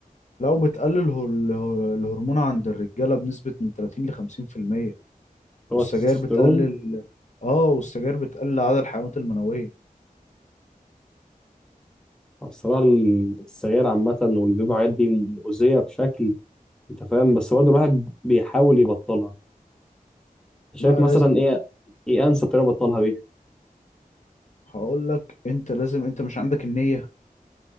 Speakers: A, on the left (about 55°); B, in the centre.
A: لو بتقلل هو- اله- الهرمون عند الرجاله بنسبه من 30 ل 50%
B: هو
A: والسجاير
B: التستوستيرون
A: بتقلل اه والسجاير بتقلل عدد الحيوانات المنويه
B: الصراحة السجاير عامة والفيب والحاجات دي مؤذية بشكل أنت فاهم بس هو ده الواحد بيحاول يبطلها شايف
A: لا
B: مثلا
A: لازم
B: إيه إيه أنسب طريقة أبطلها بيها
A: هقول لك انت لازم انت مش عندك النيه